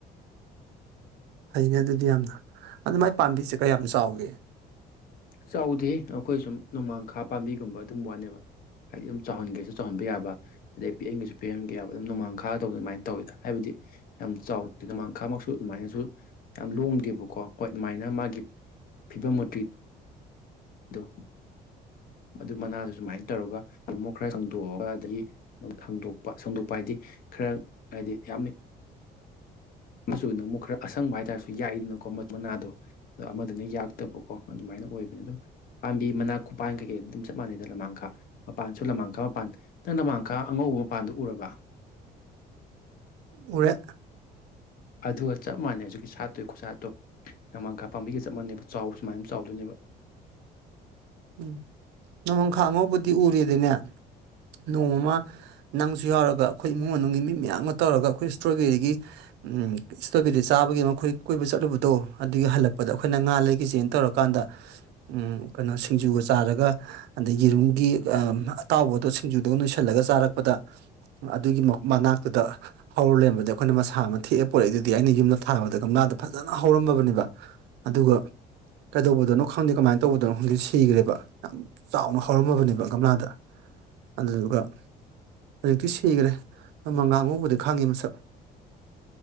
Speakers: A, on the right; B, on the left.
A: ꯐꯩꯅꯦ ꯑꯗꯨꯗꯤ ꯌꯥꯝꯅ ꯑꯗꯨ ꯃꯥꯏ ꯄꯥꯝꯕꯤꯁꯦ ꯀꯌꯥꯝ ꯆꯥꯎꯒꯦ
B: ꯆꯥꯎꯗꯦꯍꯦ ꯑꯩꯈꯣꯏ ꯁꯨꯝ ꯅꯣꯡꯃꯥꯡꯈꯥ ꯄꯥꯝꯕꯤꯒꯨꯝꯕ ꯑꯗꯨꯒꯨꯝꯕ ꯋꯥꯅꯦꯕ ꯍꯥꯏꯗꯤ ꯑꯗꯨꯝ ꯆꯥꯎꯍꯟꯒꯦꯁꯨ ꯆꯥꯎꯍꯟꯕ ꯌꯥꯕ ꯑꯗꯩ ꯄꯤꯛꯍꯟꯒꯤꯁꯨ ꯄꯤꯛꯍꯟꯒꯦ ꯑꯗꯨꯝ ꯅꯣꯡꯃꯥꯡꯈꯥꯗꯧꯅ ꯑꯗꯨꯃꯥꯏꯅ ꯇꯧꯋꯦꯗ ꯍꯥꯏꯕꯗꯤ ꯌꯥꯝ ꯆꯥꯎꯗꯦ ꯅꯣꯡꯃꯡꯈꯥꯃꯛꯁꯨ ꯑꯗꯨꯃꯥꯏꯅꯁꯨ ꯌꯥꯝ ꯂꯣꯡꯗꯦꯕꯀꯣ ꯍꯣꯏ ꯑꯗꯨꯃꯥꯏꯅ ꯃꯥꯒꯤ ꯐꯤꯕꯝ ꯃꯨꯔꯇꯤ ꯑꯗꯣ ꯑꯗꯨ ꯃꯅꯥꯗꯣ ꯁꯨꯃꯥꯏꯅ ꯇꯧꯔꯒ ꯇꯃꯣ ꯈꯔ ꯁꯪꯗꯣꯛꯑꯒ ꯑꯗꯒꯤ ꯁꯪꯗꯣꯛꯄ ꯁꯪꯗꯣꯛꯄ ꯍꯥꯏꯗꯤ ꯈꯔ ꯍꯥꯏꯗꯤ ꯌꯥꯝ ꯃꯆꯨꯅ ꯑꯃꯨꯛ ꯈꯔ ꯑꯁꯪꯕ ꯍꯥꯏꯇꯥꯔꯁꯨ ꯌꯥꯛꯏꯗꯅꯀꯣ ꯃꯅꯥꯗꯣ ꯑ ꯑꯃꯗꯨꯅ ꯌꯥꯛꯇꯕꯀꯣ ꯑꯗꯨꯃꯥꯏꯅ ꯑꯣꯏꯕꯅꯤ ꯑꯗꯨꯝ ꯄꯥꯝꯕꯤ ꯃꯅꯥ ꯈꯨꯄꯥꯟ ꯀꯩꯀꯩ ꯑꯗꯨꯝ ꯆꯞ ꯃꯥꯟꯅꯩꯗ ꯂꯨꯃꯥꯡꯈꯥ ꯃꯄꯥꯟꯁꯨ ꯅꯣꯡꯃꯥꯡꯈꯥ ꯃꯄꯥꯟ ꯅꯪ ꯅꯣꯡꯃꯥꯡꯈꯥ ꯑꯉꯧꯕ ꯃꯄꯥꯟꯗꯨ ꯎꯔꯕ
A: ꯎꯔꯦ
B: ꯑꯗꯨꯒ ꯆꯞ ꯃꯥꯟꯅꯩ ꯍꯧꯖꯤꯛꯀꯤ ꯁꯥꯠꯇꯨꯏ ꯈꯨꯠ ꯁꯥꯠꯇꯣ ꯅꯣꯡꯃꯥꯡꯈꯥ ꯄꯥꯝꯕꯤꯒ ꯆꯞ ꯃꯥꯟꯅꯩꯕ ꯆꯥꯎꯕꯁꯨ ꯁꯨꯃꯥꯏꯅ ꯆꯥꯎꯗꯣꯏꯅꯦꯕ
A: ꯎꯝ ꯅꯣꯡꯃꯪꯈꯥ ꯑꯉꯧꯕꯗꯤ ꯎꯔꯤꯗꯅ ꯅꯣꯡꯃ ꯅꯪꯁꯨ ꯌꯥꯎꯔꯒ ꯑꯩꯈꯣꯏ ꯏꯃꯨꯡ ꯃꯅꯨꯡꯒꯤ ꯃꯤ ꯃꯌꯥꯝꯒꯥ ꯇꯧꯔꯒ ꯑꯩꯈꯣꯏ ꯏꯁꯇ꯭ꯔꯣꯕꯦꯔꯤꯒꯤ ꯎꯝ ꯏꯁꯇ꯭ꯔꯣꯕꯦꯔꯤ ꯆꯥꯕꯒꯤ ꯑꯃ ꯈꯣꯏ ꯀꯣꯏꯕ ꯆꯠꯂꯨꯕꯗꯣ ꯑꯗꯨꯒꯤ ꯍꯜꯂꯛꯄꯗ ꯑꯩꯈꯣꯏꯅ ꯉꯥ ꯂꯩꯈꯤꯁꯦꯅ ꯇꯧꯔꯛꯄ ꯀꯥꯟꯗ ꯎꯝ ꯀꯩꯅꯣ ꯁꯤꯡꯖꯨꯒ ꯆꯥꯔꯒ ꯑꯗꯩ ꯌꯦꯔꯨꯝꯒꯤ ꯑꯥ ꯑꯇꯥꯎꯕꯗꯣ ꯁꯤꯡꯖꯨꯗꯣ ꯅꯣꯏꯁꯤꯜꯂꯒ ꯆꯥꯔꯛꯄꯗ ꯑꯗꯨꯒꯤ ꯃꯅꯥꯛꯇꯨꯗ ꯍꯧꯔ ꯂꯩꯔꯝꯕꯗ ꯑꯩꯈꯣꯏꯅ ꯃꯁꯥ ꯑꯃ ꯊꯦꯛꯑ ꯄꯨꯔꯛꯏꯗꯨꯗꯤ ꯑꯩꯅ ꯌꯨꯝꯗ ꯊꯥꯕꯗ ꯒꯝꯂꯥꯗ ꯐꯖꯅ ꯍꯧꯔꯝꯃꯕꯅꯤꯕ ꯑꯗꯨꯒ ꯀꯩꯗꯧꯕꯗꯅꯣ ꯈꯪꯗꯦ ꯀꯃꯥꯏꯅ ꯇꯧꯕꯗꯅꯣ ꯈꯪꯗꯦ ꯁꯤ ꯊꯤꯈ꯭ꯔꯦꯕ ꯌꯥꯝ ꯆꯥꯎꯅ ꯍꯧꯔꯝꯃꯕꯅꯦꯕ ꯒꯝꯂꯥꯗ ꯑꯗꯨꯗꯨꯒ ꯍꯧꯖꯤꯛꯇꯤ ꯁꯤꯈ꯭ꯔꯦ ꯅꯣꯡꯃꯥꯡꯉꯥ ꯑꯉꯧꯕꯗꯤ ꯈꯥꯡꯉꯤ ꯃꯁꯛ